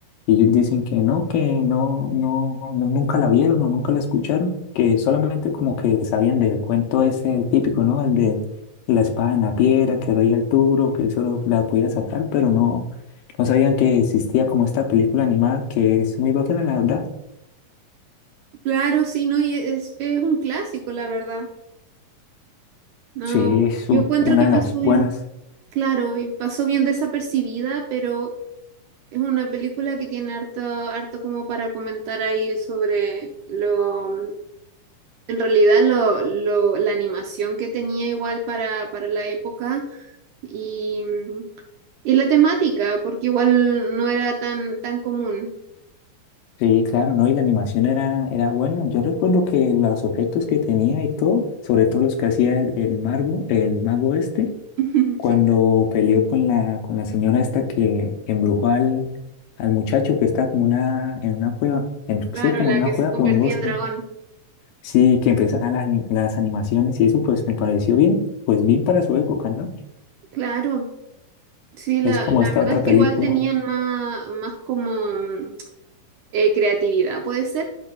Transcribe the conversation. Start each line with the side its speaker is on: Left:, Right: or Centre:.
Left: y ellos dicen que no, que no, no, no, nunca la vieron o nunca la escucharon, que solamente como que sabían del cuento ese, el típico, ¿no? El de la espada en la piedra, que rey Arturo, que él solo la podía sacar, pero no, no sabían que existía como esta película animada que es muy bacana, la verdad.
Right: Claro, sí, no, y es, es un clásico, la verdad. No,
Left: Sí, es
Right: yo
Left: un-
Right: encuentro
Left: una
Right: que
Left: de
Right: pasó
Left: las
Right: bien,
Left: buenas.
Right: claro, y pasó bien desapercibida, pero es una película que tiene harto, harto como para comentar ahí sobre lo, en realidad lo, lo, la animación que tenía igual para, para la época y, y la temática, porque igual no era tan, tan común.
Left: Sí, claro, ¿no? Y la animación era, era buena. Yo recuerdo que los efectos que tenía y todo, sobre todo los que hacía el, el mago, el mago este,
Right: <laughs>
Left: cuando
Right: sí
Left: peleó con la, con la señora esta que embrujó al, al muchacho que está como una, en una cueva, en,
Right: Claro,
Left: sí, como
Right: la
Left: en una
Right: que
Left: cueva,
Right: se convertía
Left: como en un bosque.
Right: en dragón.
Left: Sí, que empezaban las, ani- las animaciones y eso pues me pareció bien, pues bien para su época, ¿no?
Right: Claro. Sí, la,
Left: Es como
Right: la
Left: esta
Right: verdad
Left: otra
Right: es
Left: película.
Right: que igual tenían más, más como mm, eh, creatividad, puede ser,